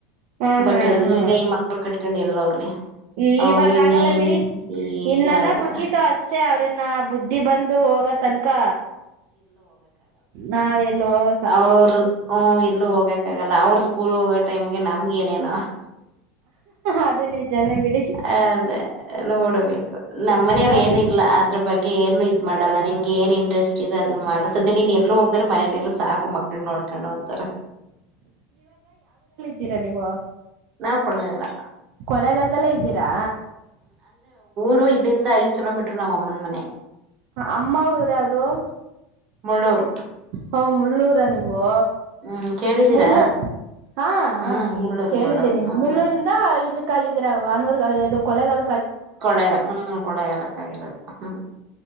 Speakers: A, on the right (about 60°); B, on the right (about 40°).
A: ಹ್ಮ್
B: ಬಟ್
A: ಹ್ಮ್ ಹ್ಮ್
B: ಈಗ ಈ ಮಕ್ಳ ಕಟ್ ಕಂಡಿ ಎಲ್ಲ ಹೋಗ್ಲಿ
A: ಇವಾಗ
B: ಅವರು ಇನ್ನೇನಿ
A: ಆಗಲ್ಲ ಬಿಡಿ
B: ಈಗ
A: ಇನ್ನೆಲ್ಲ
B: ಆಗಲ್ಲ
A: ಮುಗಿತು ಅಷ್ಟೇ ಅವ್ರನ್ನ ಬುದ್ಧಿ ಬಂದು ಇದು ಹಾಗ ತನಕ ನಾವ ಎಲ್ಲ ಹೋಗ
B: ಹ್ಮ್ಮ್. ಎಲ್ಲೂ ಹೋಗಕಾಗಲ್ಲ ಅವ್ರರು ಸ್ಕೂಲ್ ಹೋಗೋ ಟೈಮ್ಗೆ ನಮ್ಗ ಏನೇನ
A: ಅದು ನಿಜಾನೇ ಬಿಡಿ
B: ಅದೇ ನೋಡ್ಬೇಕು ನಮ್ಮ ಮನೆಯವ್ರ
A: ಮತ್
B: ಏನು ಇಲ್ಲ ಅದ್ರ ಬಗ್ಗೆ ಏನು ಮಾಡಲ್ಲಾ ನಿನ್ಗೆ ಏನ್ ಇಂಟ್ರೆಸ್ಟ್ ಇದು ಅದು ಮಾಡ್ಸದೆ ನೀನ್ ಎಲ್ಲೂ ಹೋಗದ್ದೆ ಮನೇಲಿ ಇರು ಸಾಕು ಮಕ್ಳ ನೋಡ್ಕೊಂಡು ಅಂತಾರ
A: ತೀರ ನೀವು
B: ನಾವವುಕೊಂಡವಲ್ಲ
A: ಕೊಳೆಗಾಲದೆಲ್ಲೇ ಇದ್ದೀರಾ
B: ರು ಇಲ್ಲಿಂದ ಐದ ಕಿಲೋಮೀಟ್ರರ್ ನಮ್ಮ್ ಅಮ್ಮನ ಮನೆ
A: ಅಮ್ಮವರುರು ಯಾವ್ದು
B: ಮುಳ್ಳೂರು
A: ಹ ಮುಳ್ಳೂರು ರ ನಿವ
B: ಹ್ಮ್ ಕೇಳಿದೀರಾ
A: ಮುಳ್ಳೂರ್ ಹಾ
B: ಹ್ಮ್ ಮುಳ್ಳೂರ್
A: ಕೇಳಿದ್ದೀನಿ
B: ಮುಳ್ಳೂರ್ ಹ್ಮ್
A: ಮುಳ್ಳೂರಿಂದ ಇ ಇದರ ಆನೂರ್ದು ಕೊಲೆಗಳ
B: ಕೊಳೆಗಾಲ ಹ್ಮ್ ಕೊಳೆಗಾಲಕ್ಕ ಆಗಿರೋದು ಹಾ